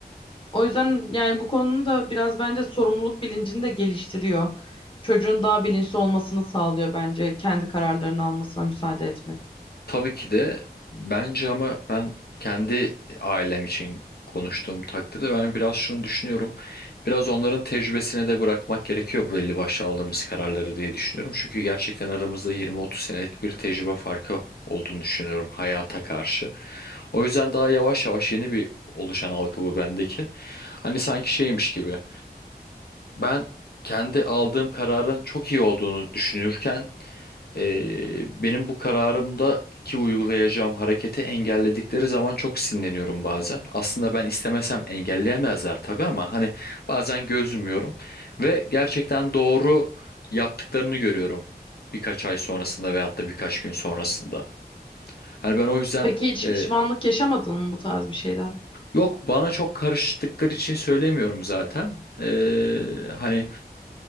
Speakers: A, on the left; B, on the left.
A: O yüzden yani bu konunun da biraz bence sorumluluk bilincini de geliştiriyor. Çocuğun daha bilinçli olmasını sağlıyor bence kendi kararlarını almasına müsaade etmek.
B: Tabii ki de bence ama ben kendi ailem için konuştuğum takdirde ben biraz şunu düşünüyorum. Biraz onların tecrübesine de bırakmak gerekiyor belli başlı aldığımız kararları diye düşünüyorum. Çünkü gerçekten aramızda 20-30 senelik bir tecrübe farkı olduğunu düşünüyorum hayata karşı. O yüzden daha yavaş yavaş yeni bir oluşan algı bu bendeki. Hani sanki şeymiş gibi. Ben kendi aldığım kararın çok iyi olduğunu düşünürken eee, benim bu kararımdaki uygulayacağım hareketi engelledikleri zaman çok sinirleniyorum bazen. Aslında ben istemesem engelleyemezler tabii ama hani bazen göz yumuyorum ve gerçekten doğru yaptıklarını görüyorum birkaç ay sonrasında veyahut da birkaç gün sonrasında. Hani ben o yüzden
A: Peki hiç
B: eee,
A: pişmanlık yaşamadın mı bu tarz bir şeyden?
B: yok bana çok karıştıkları için söylemiyorum zaten. Eee, hani